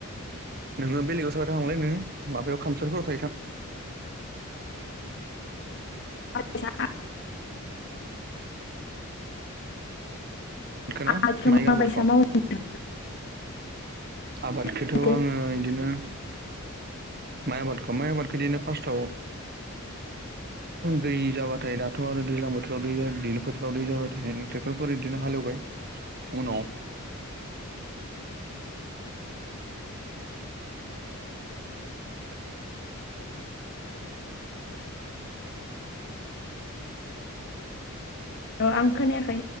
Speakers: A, on the right; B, on the left.
A: नोङो बेलेगाव साइद आव थांलाय नोङो माबायाव खामसालिफोराव थायै थां
B: आ <unintelligible>
A: ना
B: आबादखौ
A: माइ
B: मााबायसा
A: आबादखौ
B: मावो नोंथां?
A: आबादखौथ'
B: मावो
A: आङो इदिनो माइ आबादखौ माइ आबादखौ इदिनो फास्स्टाव दै जाबाथाय दाथ' आरो दैज्लां बोथोराव दै दैलु बोथोराव दै जाबाय थायो टेक्टरफोर बिदिनो हालएवबाय उनाव
B: आं खोनायाखै